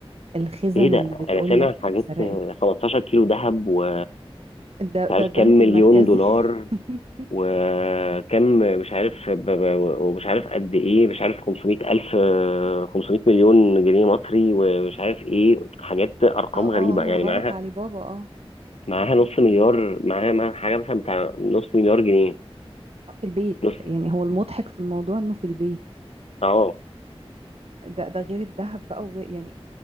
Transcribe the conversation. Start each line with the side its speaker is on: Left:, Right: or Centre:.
Right: الخزن
Left: ايه ده
Right: اللي بتقولك
Left: انا سامع حاجات
Right: اتسرقت
Left: آه، 15 كيلو ذهب و
Right: ده
Left: مش
Right: ده
Left: عارف
Right: البنك
Left: كام مليون
Right: المركزي
Left: دولار
Right: <laughs>
Left: وكم مش عارف ب- ب- ومش عارف قد ايه مش عارف 500 الف آه، 500 مليون جنيه مصري ومش عارف ايه حاجات ارقام
Right: اه
Left: غريبه
Right: اه
Left: يعني
Right: مغارة
Left: معاها
Right: علي بابا اه
Left: معاها
Right: اه
Left: نص مليار معاها معاها حاجه مثلا بتاع نص مليار جنيه
Right: آه، في البيت
Left: نص
Right: يعني هو المضحك في الموضوع انه في البيت
Left: اه
Right: ده ده غير الذهب بقى وغير يعني